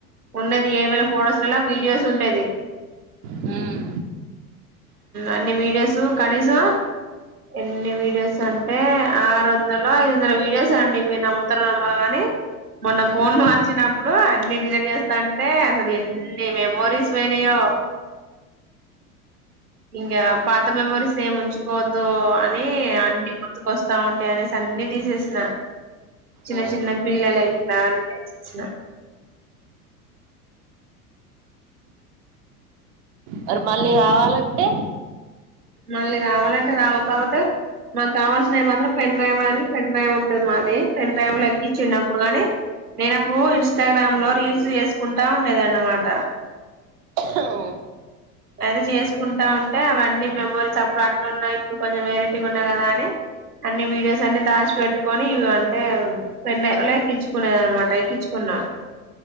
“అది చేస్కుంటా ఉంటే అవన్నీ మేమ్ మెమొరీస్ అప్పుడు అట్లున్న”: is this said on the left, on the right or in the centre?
Right